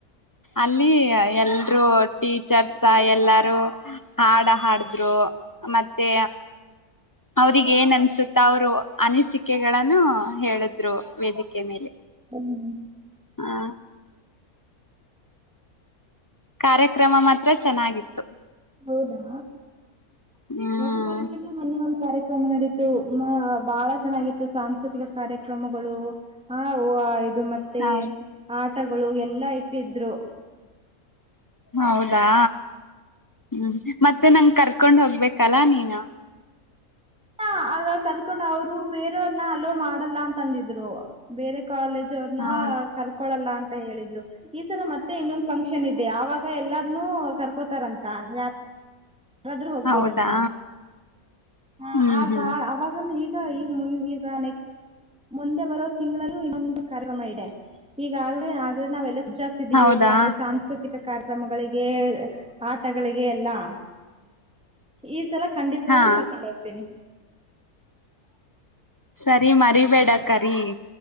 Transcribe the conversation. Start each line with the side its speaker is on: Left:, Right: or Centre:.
Left: ಅಲ್ಲಿ ಲ್ಲಿ ಎಲ್ರು ಟೀಚರ್ಸ ಎಲ್ಲಾರೂ ಹಾಡ ಹಾಡಿದ್ರು ಮತ್ತೆ ಅವ್ರಗ ಏನ್ ಅನ್ಸುತ್ತ ಅವ್ರು ಅನಿಸಿಕೆಗಳನ್ನು ಹೇಳಿದ್ರು ವೇದಿಕೆ ಮೇಲೆ
Centre: ಹ್ಮ್
Left: ಹಾ ಕಾರ್ಯಕ್ರಮ ಮಾತ್ರ ಚೆನ್ನಾಗಿತ್ತು
Centre: ಹೌದಾ
Left: ಹ್ಮ್
Centre: ನಮ್ಮ ಕಾಲೇಜಲ್ಲು ಮೊನ್ನೆ ಒ ಕಾರ್ಯಕ್ರಮ ನಡೀತು ಬಹಳ ಚೆನ್ನಾಗಿತ್ತು ಸಾಂಸ್ಕೃತಿಕ ಕಾರ್ಯಕ್ರಮಗಳು ಆ ಓ ಅ ದು ಮತ್ತೆ
Left: ಹೌದ್
Centre: ಆ ಆಟಗಳು ಎಲ್ಲಾ ಇಟ್ಟಿದ್ರು
Left: ಹೌದ್ ಹಾ ಮ ಮತ್ತೆ ನಂ ಕರ್ಕೊಂಡ್ ಹೋಗ್ಬೇಕಲ್ಲಾ ನೀನು
Centre: ಹಾ ಆಗ ಕರ್ಕೊಂಡ್ ಅವರು ಬೇರೆಯವ್ರನ್ನ ಅಲೋ ಮಾಡಲ್ಲ ಅಂತ ಅಂದಿದ್ರು ಬೇರೆ ಕಾಲೇಜ್ ಅವ್ರನ್ನ
Left: ಹೌದ್
Centre: ಕಲ್ಕೊಳ್ಳಲ್ಲ ಅಂತ ಹೇಳಿದ್ರು ಈ ಸಲ ಮತ್ತೆ ಇನ್ನೊಂದ್ ಫಂಕ್ಷನ್ ಇದೆ ಆವಾಗ ಎಲ್ಲಾರ್ನು ಕರ್ಕೋತಾರಂತ ಯ ಹಾಗಾದ್ರೂ ಹೋಗ್ಬೋದಂತ
Left: ಹೌದಾ
Centre: ಹ
Left: ಹ್ಮ್
Centre: ಆಗ
Left: ಹ್ಮ್
Centre: ಅವಾಗ ಈಗ್ ಈಗ ಮುಂದ್ ಈಗ ನೆಕ್ಸ್ಟ್ ಮುಂದೆ ಬರೋ ತಿಂಗಳಲ್ಲೂ ಇನ್ನೊಂದು ಕಾರ್ಯಕ್ರಮ ಇದೆ ಈಗಾಗಲೇ ಆಗ್ಲ ನಾವ್ ಎಲ್ಲ ಜಾಸ್ತಿ ಡಿವ್
Left: ಹೌದಾ
Centre: ಕಾರ್ಯ ಸಂಕ್ರುತ್ ಕ ಕಾರ್ಯಕ್ರಮಗಳಿಗೆ ಆಟಗಳಿಗೆ ಎಲ್ಲಾ ಈ ಎಲ್ಲ ಖಂಡಿತವಾಗ್ಲು
Left: ಹಾ
Centre: ಕರ್ಕೊಂಡ ಹೋಗ್ತೀನಿ
Left: ಸರಿ ಮರಿಬೇಡ ಕರಿ